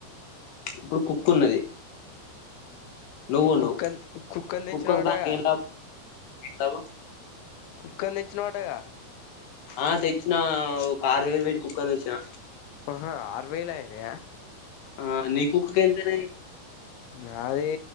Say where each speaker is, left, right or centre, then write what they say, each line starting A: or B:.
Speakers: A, on the left; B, on the left.
A: ఇప్పుడు కుక్ ఉన్నది నువ్ ఉన్నావ్
B: కుక్కన్ తెచ్చినావటగా
A: కుక్కని చాకి ఏం లాభం
B: కుక్కని తెచ్చినవటగా
A: ఆ తెచ్చిన ఒక ఆరు వేలు పెట్టి కుక్కను తెచ్చిన
B: హ ఆరువైలా ఎనే
A: ఆ నీ కుక్కకి ఎంతైనాయి
B: నాది